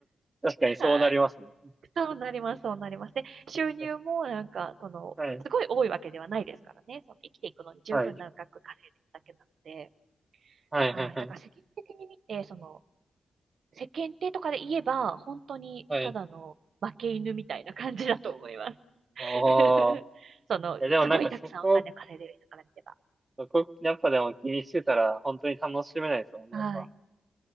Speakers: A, on the right; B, on the right.
A: 確かにそうなりますね。
B: はい。そうなります、そうなります。で、収入もなんか、
A: 確
B: その、
A: かはい、
B: すごい多いわけではないですからね。その生きていくのに十分な額稼いでるだけなので、
A: はい。はい、
B: はい。
A: はい、はい。
B: だから世間的に見て、その、世間体とかで言えば、本当にただの負け犬みたいな感じだと思います。
A: はい。
B: <laughs>
A: おー。
B: その、
A: いや、でもなんかそこ、
B: すごいたくさんお金稼いでる人から見れば。
A: そこ、やっぱでも気にしてたら、本当に楽しめないですもんね、
B: はい。
A: やっぱ。